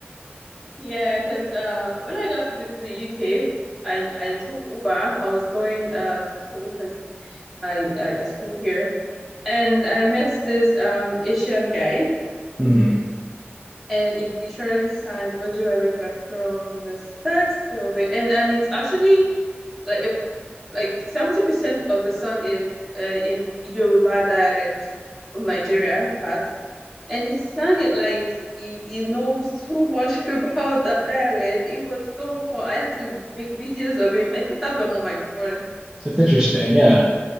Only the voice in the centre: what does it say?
Yeah, because uh, when I got to the, to the UK, I I took Uber. I was going uh to school because I, I I schooled here, and I met this um Asian guy,
and he literally sang Ojo Alegba from the start till the end, and it's actually like a like 70% of the song is uh, in Yoruba dialect of Nigeria part and he sang it like he, he knows too much <laughs> about that dialect. It was so fun. I had to make videos of him. I still have them on my phone.
Really,